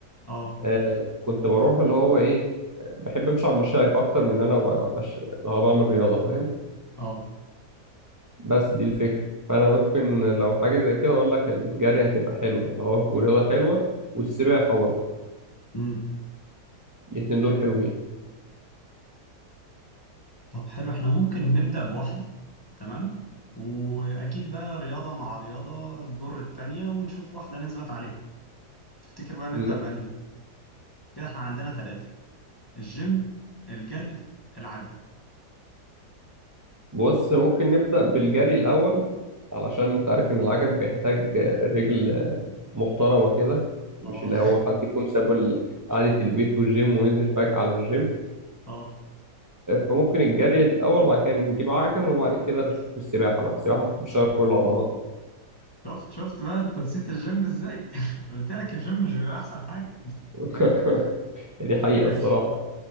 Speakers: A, on the left; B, on the right.
A: اه
B: آه كنت بروح اللي هو ايه بحب امشي على المشاية اكتر من اللي انا ب- بش... اللي هو بعمل رياضة فاهم
A: اه
B: بس دي الفكرة فأنا ممكن لو حاجة زي كده أقول لك الجري هتبقى حلوة اللي هو ورياضة حلوة والسباحة برضه
A: مم.
B: الاتنين دول حلوين
A: طب حلو احنا ممكن نبدأ بواحدة تمام وأكيد بقى رياضة مع رياضة تجر التانية ونشوف واحدة نثبت عليها تفتكر بقى نبدأ
B: م-
A: بأنهي كده احنا عندنا ثلاثة الجيم الجري العجل
B: بص ممكن نبدأ بالجري الأول علشان أنت عارف إن العجل بيحتاج رجل محترمة كده مش
A: اه
B: اللي هو حد يكون ساب ال- قعدة البيت والجيم وينزل فجأة على الجيم
A: <laughs> اه
B: فممكن الجري الأول بعد كده نجيب عجل وبعد كده نشوف السباحة بقى السباحة بتشغل كل العضلات
A: شفت شفت بقى انت نسيت الجيم ازاي <laughs> قلت لك الجيم مش بيبقى أحسن حاجة
B: <laughs> دي حقيقة
A: ماشي
B: الصراحة